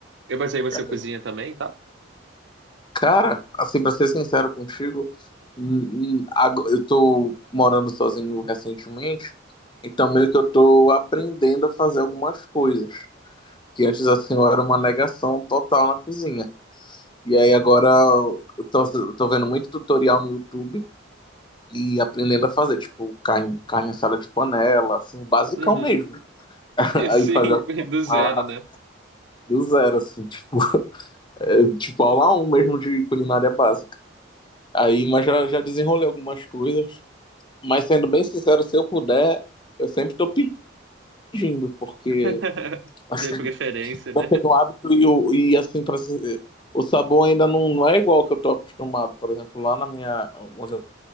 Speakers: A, on the right; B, on the left.
A: Eu, mas aí você
B: É,
A: cozinha também, tá?
B: Cara, assim, pra ser sincero contigo, hum, hum, ago- eu tô morando sozinho recentemente, então meio que eu tô aprendendo a fazer algumas coisas, que antes, assim, eu era uma negação total na cozinha. E aí agora eu tô, eu tô vendo muito tutorial no YouTube e aprendendo a fazer, tipo, carne, carne assada de panela, assim, o basicão
A: Uhum.
B: mesmo. <laughs>
A: <laughs>
B: Aí
A: Sim,
B: fazer a
A: do zero,
B: massa
A: né?
B: do zero, assim, tipo, <laughs> é, tipo aula um mesmo de culinária básica. Aí, mas já, já desenrolei algumas coisas. Mas sendo bem sincero, se eu puder, eu sempre tô pedindo, porque,
A: <laughs>
B: assim,
A: De preferência, né?
B: eu tenho hábito e, o- e assim, pra, se- o sabor ainda não, não é igual ao que eu tô acostumado. Por exemplo, lá na minha, onde